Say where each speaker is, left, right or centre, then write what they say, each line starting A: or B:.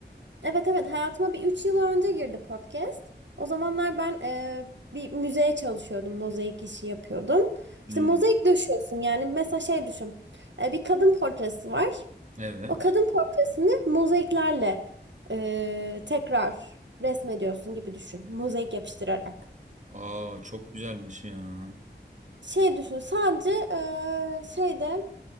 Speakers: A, on the right (about 80°); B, on the right (about 40°).
A: evet evet hayatıma bir 3 yıl önce girdi podcast. O zamanlar ben e, bir müzeye çalışıyordum. Mozaik işi yapıyordum.
B: Hmm,
A: İşte mozaik döşüyorsun yani mesela şey düşün. E, bir kadın portresi var.
B: Evet.
A: O kadın portresini mozaiklerle e, tekrar resmediyorsun gibi düşün. Mozaik yapıştırarak.
B: Aa çok güzelmiş ya.
A: Şey düşün sadece e, şeyde